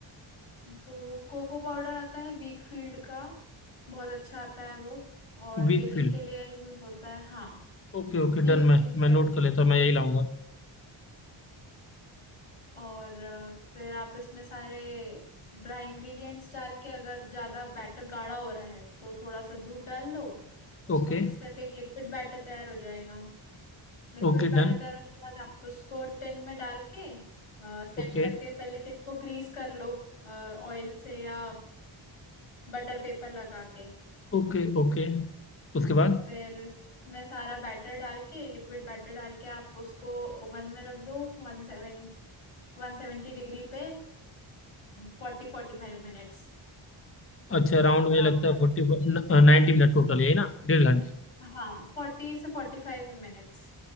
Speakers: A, on the left; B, on the left.
A: तो कोको पाउडर आता है वीक फील्ड का बहुत अच्छा आता है वो और
B: वीकफील्ड
A: बेकिंग के लिए यूज होता है हाँ
B: Okay okay
A: वीक
B: done
A: फील्ड
B: मैं मैं
A: करके
B: नोट कर लेता हूँ मैं यही लाऊंगा
A: और अ, फिर आप इसमें सारे ड्राई इंग्रेडिएंट्स डाल के अगर ज़्यादा बैटर गाढ़ा हो रहा है तो थोड़ा सा दूध डाल लो उसको
B: Okay
A: मिक्स करके एक लिक्विड बैटर तैयार हो जाएगा लिक्विड
B: okay
A: बैटर
B: done
A: तैयार होने के बाद आप उसको टिन में डाल के सेट
B: Okay
A: करके पहले टिन को ग्रीस कर लो ऑयल से या बटर पेपर लगा के
B: okay okay उसके बाद
A: फिर मैं सारा बैटर डाल के लिक्विड बैटर डाल के आप उसको ओवन में रख दो वन सेवन वन सेवेंटी डिग्री पे फोर्टी फोर्टी फाइव मिनट्स
B: अच्छा राउंड मुझे
A: और आपका
B: लगता है फोर्टी नाइन्टी मिनट टोटल यही ना डेढ़ घंटे
A: हाँ फोर्टी से फोर्टी फाइव मिनट्स